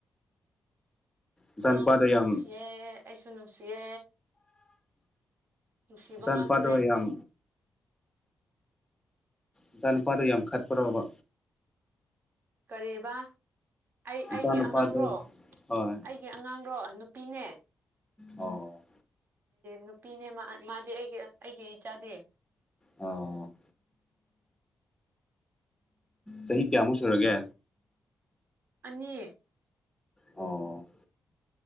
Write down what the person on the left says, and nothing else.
ꯏꯆꯥꯅꯨꯄꯥꯗꯣ
ꯌꯥꯝ
ꯅꯆꯥꯅꯨꯄꯥꯗꯣ
ꯌꯥꯝ ꯏꯆꯥ ꯅꯨꯄꯥꯗꯣ ꯌꯥꯝ ꯈꯠꯄ꯭ꯔꯣꯕ
ꯏꯆꯥꯅꯨꯄꯥꯗꯣ
ꯍꯣꯏ
ꯑꯣ
ꯑꯣ ꯆꯍꯤ ꯀꯌꯥꯃꯨꯛ ꯁꯨꯔꯒꯦ
ꯑꯣ